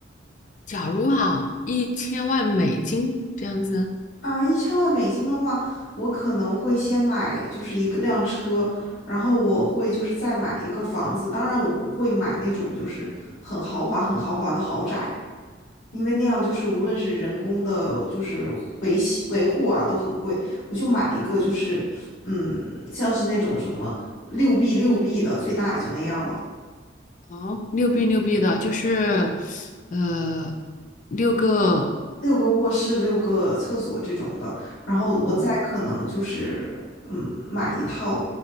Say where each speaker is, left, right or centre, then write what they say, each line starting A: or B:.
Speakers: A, on the left; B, on the left.
A: 假如哈，一千万美金这样子，
B: 啊一千万美金的话，我可能会先买就是一个辆车，然后我会就是再买一个房子。当然，我不会买那种就是很豪华、很豪华的豪宅，因为那样就是无论是人工的，就是维系维护啊都很贵。我就买一个就是嗯，像是那种什么六 B 六 B 的，最大也就那样了。
A: 哦，六币六币的，就是呃六个
B: 六个卧室、六个厕所这种的，然后我再可能就是嗯买一套
A: 哦